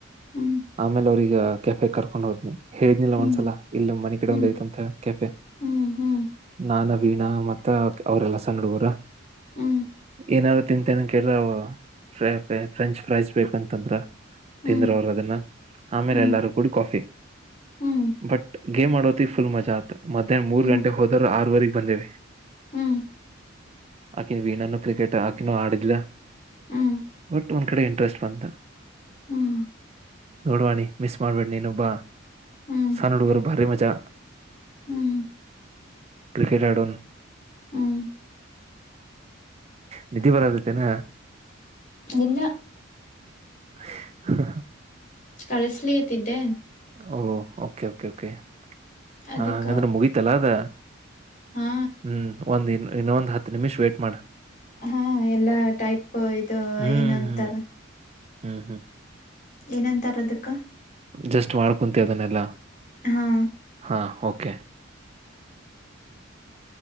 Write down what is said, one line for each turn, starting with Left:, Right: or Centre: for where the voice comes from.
Left: ಹ್ಮ್
Right: ಆಮೇಲೆ ಅವ್ರೀಗ ಕೆಫೆ ಕರ್ಕೊಂಡ್ ಹೋದ್ನಿ ಹೇಳ್ನಿಲ್ಲ
Left: ಹ್ಮ್
Right: ಒಂದ್ಸಲ ಇಲ್ಲ ಮನಿ ಕಡೆ
Left: ಹ್ಮ್
Right: ಒಂದ್ ಐತಂತ ಹೇಳಿ ಕೆಫೆ
Left: ಹ್ಮ್ ಹ್ಮ್
Right: ನಾನ್ ವೀಣಾ ಮತ್ತ ಅವ್ರ ಎಲ್ಲಾ ಸಣ್ಣ ಹುಡುಗುರ
Left: ಹ್ಮ್
Right: ಏನಾರು ತಿಂತೇನೆ ಕೇಳ್ರ ಫ್ರೈೈ ಫ್ರೆಂಚ್ ಫ್ರೈಸ್ ಬೇಕಂತಂದ್ರ
Left: ಹ್ಮ್
Right: ತಿಂದರು ಅವರು ಅದನ್ನ ಆಮೇಲೆ
Left: ಹ್ಮ್
Right: ಎಲ್ಲಾರು ಕೂಡಿ ಕಾಫಿ
Left: ಹ್ಮ್ ಹ್ಮ್
Right: ಬಟ್ ಗೇಮ್ ಆಡೋತಿ ಫುಲ್ ಮಜಾ ಆತತ್ ಮಧ್ಯಾಹ್ನ ಮೂರ್ ಗಂಟೆ
Left: ಹ್ಮ್
Right: ಹೋದ್ರ ಆರವರೆಗ್ ಬಂದೇೆ
Left: ಹ್ಮ್
Right: ಆಕಿನ ವೀಣಾನ ಕ್ರಿಕೆಟ್ ಆಕಿನೂ ಆಡಿದಿಲ್ಲ
Left: ಹ್ಮ್
Right: ಬಟ್ ಒಂದ್ ಕಡೆ ಇಂಟ್ರಸ್ಟ್ ಬಂತ
Left: ಹ್ಮ್
Right: ನೋಡ್ವಣಿ ಮಿಸ್ ಮಾಡ್ಬೇಡ್ ನೀನೊಬ್ಬ
Left: ಹ್ಮ್
Right: ಸಾನ ಹುಡುಗರು ಭಾರಿ ಮಜಾ
Left: ಹ್ಮ್ ಹ್ಮ
Right: ಕ್ರಿಕೆಟ್ ಹಡನ್
Left: ಹ್ಮ್
Right: ನಿಧಿ ಬರದತೆನಾ
Left: ಎಲ್ಲ
Right: ಹ
Left: ಕಳಸ್ತಿದ್ದೆ
Right: ಓಹ ಓಕೆ ಓಕೆ ಓಕೆ
Left: ಅದಕ್ಕ
Right: ಹ ಹಂಗಂದ್ರೆ ಮುಗೀತಲ್ಲ ಅದ
Left: ಹಾ
Right: ಹ್ಮ್ ಒಂದನ್ ಇನ್ನೊಂದ್ ಹತ್ತು ನಿಮಿಷ್ ವೇ್ಟಟ್ ಮಾಡ
Left: ಹಾ ಎಲ್ಲಾ ಟೈಪ್ ಇದು
Right: ಹ್ಮ್
Left: ಏನ್ ಅಂತಾರ
Right: ಹ್ಮ್ ಹ್ಮ್ ಹ್ಮ್
Left: ಏನಂತಾರ ಅದಕ್ಕ
Right: ಜಸ್ಟ್ ಮಾಡ ಕುಂತ ಅದನ್ನೆಲ್ಲ
Left: ಹಾ
Right: ಹಾ ಕೆ